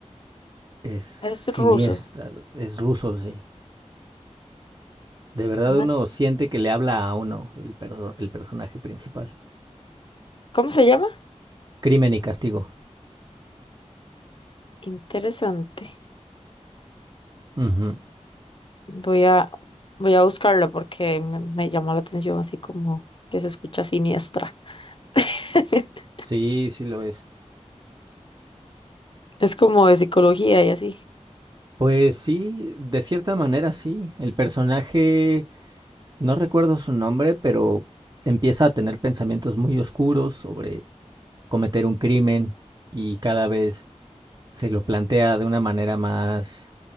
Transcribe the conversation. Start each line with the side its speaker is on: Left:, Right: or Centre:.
Right: es
Left: Es
Right: siniestra,
Left: ruso.
Right: es ruso, sí. De verdad
Left: No-
Right: uno siente que le habla a uno el, perso- el personaje principal.
Left: ¿Cómo se llama?
Right: Crimen y castigo.
Left: Interesante.
Right: Ujú.
Left: Voy a, voy a buscarlo porque me, me llamó la atención así como que se escucha siniestra. <laughs>
Right: Sí, sí lo es.
Left: Es como de psicología y así.
Right: Pues sí, de cierta manera sí. El personaje, no recuerdo su nombre, pero empieza a tener pensamientos muy oscuros sobre cometer un crimen y cada vez se lo plantea de una manera más